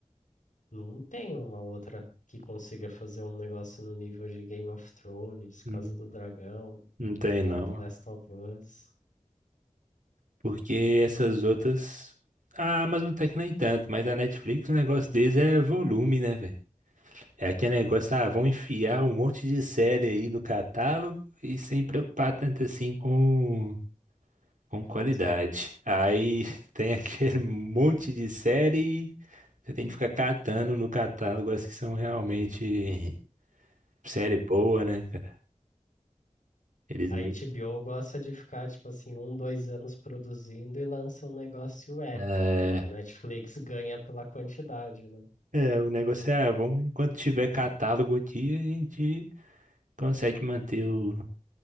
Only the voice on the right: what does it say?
não
não tem
não,
porque essas outras ah, mas não tem que nem tanto, mas a Netflix o negócio deles é volume, né, velho? É aquele negócio, ah, vão enfiar um monte de série aí no catálogo e sem preocupar tanto assim com com qualidade.
Aí <laughs> tem aquele monte de série Você tem que ficar catando no catálogo as que são realmente série boa, né, cara? Eles
meio
que-
É,
é, o negócio é, ah, vamos, enquanto tiver catálogo aqui, a gente consegue manter o,